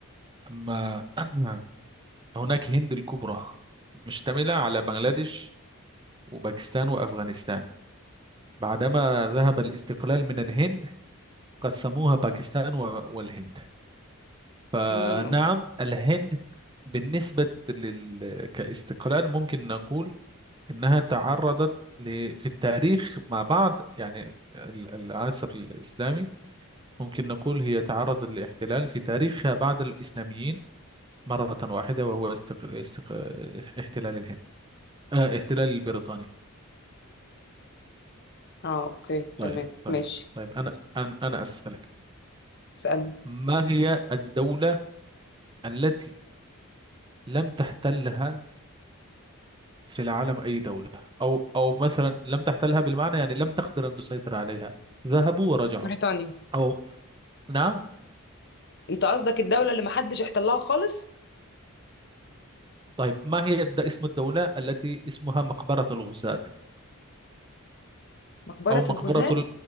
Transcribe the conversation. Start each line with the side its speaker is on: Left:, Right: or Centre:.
Right: أما <clears throat> أما هناك هند الكبرى مشتملة على بنغلاديش وباكستان وأفغانستان بعدما ذهب الاستقلال من الهند قسموها باكستان و- والهند فنعم
Left: امم اوكي
Right: الهند بالنسبة لل... كاستقلال ممكن نقول إنها تعرضت ل... في التاريخ مع بعض يعني ال- العصر الإسلامي ممكن نقول هي تعرضت للاحتلال في تاريخها بعد الإسلاميين مرة واحدة وهو استق... استق... احتلال الهند آه احتلال البريطاني
Left: اه اوكي
Right: طيب
Left: تمام
Right: طيب
Left: ماشي
Right: طيب أنا أنا أنا أسألك
Left: اسألني
Right: ما هي الدولة التي لم تحتلها في العالم أي دولة أو أو مثلا لم تحتلها بالمعنى يعني لم تقدر أن تسيطر عليها ذهبوا ورجعوا
Left: بريطانيا
Right: أو نعم
Left: انت قصدك الدولة اللي محدش احتلها خالص
Right: طيب ما هي الد- اسم الدولة التي اسمها مقبرة الغزاة
Left: مقبرة
Right: أو مقبرة
Left: الغزاة
Right: ال...